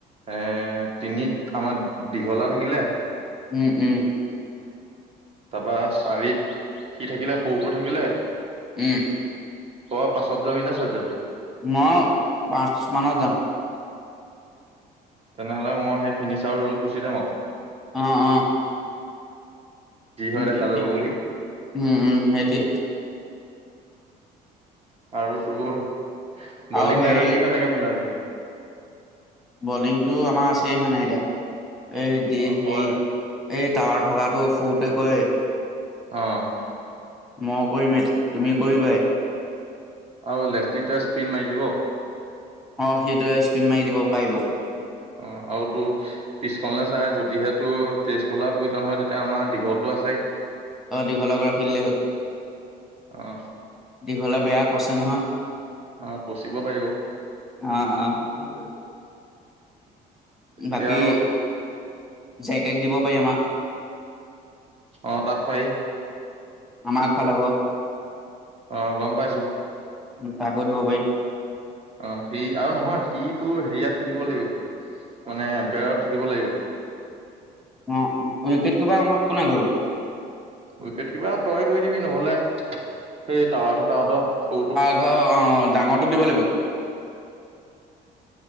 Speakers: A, on the right; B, in the centre.
A: এ তিনিত আমাৰ দীঘলা থাকিলে।
B: উম- উম।
A: তাৰপা চাৰিত, সি থাকিলে সৰুটো থাকিলে।
B: উম।
A: ক পাঁচত যাবি না চয়ত যাবি?
B: মই, পাঁচ মানত যাম।
A: তেনেহ'লে মই সেই ফিনিচাৰ ৰোলত গুচি যাম আৰু।
B: অ', -অ'।
A: যি হয় দেখা
B: দি-
A: যাব
B: দি,
A: বুলি
B: উম- উম সেইটোৱে।
A: আৰু তোৰ,
B: আৰু
A: বলিং
B: হেৰি
A: লাইন আপটো কেনেকে মিলাবি?
B: বলিংটো আমাৰ আছে হয় নাই এতিয়া,
A: অ
B: এই হে
A: তই
B: এই টাৱাৰ থকাটো সৰুটোৱে কৰেই।
A: অঁহ'।
B: মই কৰিম এ, তুমি কৰিবাই।
A: আৰু লেফ্টিটোৱে স্পিন মাৰি দিব!
B: অ', সেইটোৱে স্পিন মাৰি দিব পাৰিব।
A: অ', আৰু তোৰ পিছফাল চায় যদিহে তোৰ পেছ বলাৰ প্ৰয়োজন হয় তেতিয়া আমাৰ দীঘলটো আছেই।
B: অ', দীঘলক ৰাখি দিলেই হ'ল।
A: অ
B: দীঘলে বেয়া কছে নহয়।
A: অ', কচিব পৰিব।
B: অ', - অ',।
A: তেতিয়া
B: বাকী, জেকেক দিব পাৰি আমাক!
A: অ', তাক পাৰি।
B: আমাক খেলাব।
A: অ', গম পাইছো।
B: উম, তাকো দিব পাৰিব।
A: অ', সি আৰু নহয় সিটো হেৰিয়াত থাকিব লাগিব, মানে এম্পোয়াৰত থাকিব লাগিব।
B: অ', - অ', উইকেট কিপাৰ আমাৰ কোনে কৰিব?
A: উইকেট কিপাৰ তই কৰি দিবি নহলে, সেই টাৱাৰ থকাহঁতৰ সৰুটো।
B: অঁ', ডাঙৰটোক দিব লাগিব।